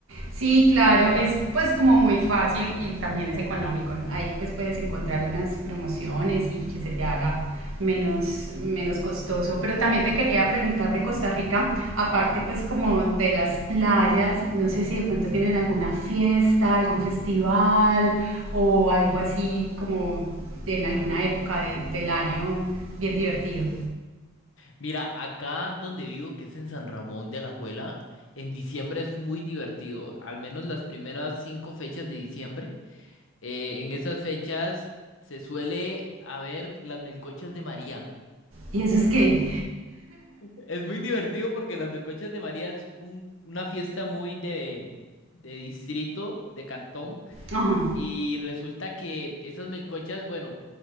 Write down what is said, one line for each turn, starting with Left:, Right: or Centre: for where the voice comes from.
Right: Sí, claro, es pues como muy fácil y también es económico, ¿no? Ahí pues puedes encontrar unas promociones y que se te haga menos, menos costoso. Pero también te quería preguntar de Costa Rica, aparte pues como de las playas, no sé si de pronto tienen alguna fiesta, algún festival o algo así como en alguna época de- del año bien divertido.
Left: Mira, acá donde vivo, que es en San Ramón de Alajuela, en diciembre es muy divertido, al menos las primeras cinco fechas de diciembre. eh, en esas fechas se suele haber las melcochas de María.
Right: ¿Y eso es qué?
Left: Es muy divertido porque las melcochas de María es un- una fiesta muy de, de distrito, de cantón.
Right: Ajá,
Left: Y resulta que esas melcochas, bueno,